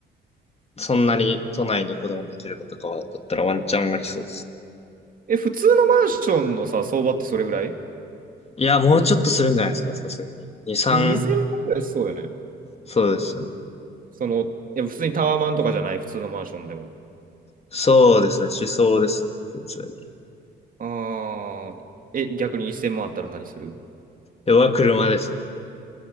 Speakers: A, on the left (about 30°); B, on the right (about 45°).
A: そんなに都内にこだわらなければとかは、だったらワンチャンありそうですね。
B: え、普通のマンションのさ、相場ってそれぐらい
A: いや、もうちょっとするんじゃないですか、さすがに。2、3、
B: ?2000 万ぐらいしそうよね。
A: そうですよね。
B: その、いや普通にタワーマンとかじゃない、普通のマンションでも。
A: そうですね、思想ですね、普通に。
B: ああ、え、逆に1000万あったら何する
A: 要は車ですね。